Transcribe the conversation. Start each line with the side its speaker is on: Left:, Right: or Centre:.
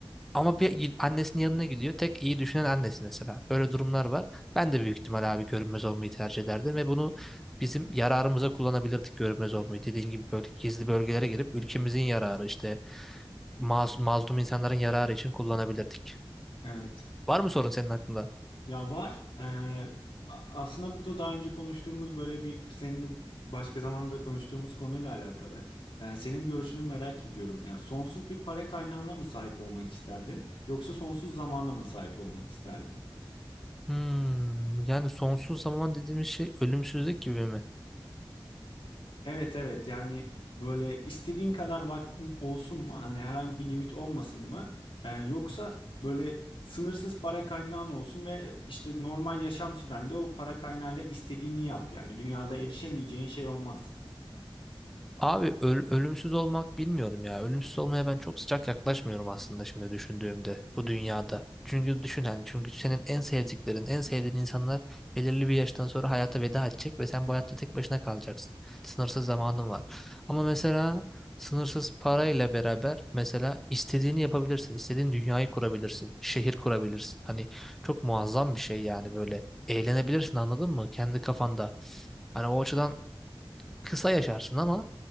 Centre: Ama bir annesinin yanına gidiyor. Tek iyi düşünen annesi mesela. Böyle durumlar var. Ben de büyük ihtimal abi görünmez olmayı tercih ederdim ve bunu bizim yararımıza kullanabilirdik görünmez olmayı. Dediğin gibi böyle gizli bölgelere girip ülkemizin yararı işte masum, mazlum insanların yararı için kullanabilirdik.
Left: Evet.
Centre: Var mı sorun senin aklında?
Left: Ya var. Ee, aslında bu da daha önce konuştuğumuz böyle bir seninle başka zamanda konuştuğumuz konuyla alakalı. Ee, senin görüşünü merak ediyorum. Yani sonsuz bir para kaynağına mı sahip olmak isterdin yoksa sonsuz zamana mı sahip olmak isterdin?
Centre: Hmm, yani sonsuz zaman dediğimiz şey ölümsüzlük gibi mi?
Left: Evet evet yani böyle istediğin kadar vaktin olsun mu? Hani herhangi bir limit olmasın mı? Ee, yoksa böyle sınırsız para kaynağın olsun ve işte normal yaşam sürende o para kaynağıyla istediğini yap. Yani dünyada erişemeyeceğin şey olmaz.
Centre: Abi öl- ölümsüz olmak bilmiyorum ya. Ölümsüz olmaya ben çok sıcak yaklaşmıyorum aslında şimdi düşündüğümde bu dünyada. Çünkü düşün hani çünkü senin en sevdiklerin, en sevdiğin insanlar belirli bir yaştan sonra hayata veda edecek ve sen bu hayatta tek başına kalacaksın. Sınırsız zamanın var. Ama mesela sınırsız parayla beraber mesela istediğini yapabilirsin. istediğin dünyayı kurabilirsin. Şehir kurabilirsin. Hani çok muazzam bir şey yani böyle. Eğlenebilirsin anladın mı? Kendi kafanda. Hani o açıdan kısa yaşarsın ama